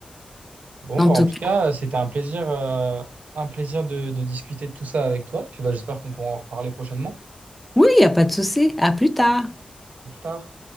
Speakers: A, on the right; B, in the centre.
A: Bon,
B: En
A: bah,
B: tout
A: en tout
B: cas,
A: cas, c'était un plaisir, euh, un plaisir de, de discuter de tout ça avec toi. Puis bah, j'espère qu'on pourra en reparler prochainement,
B: oui, il n'y a pas de souci. À plus tard.
A: plus tard.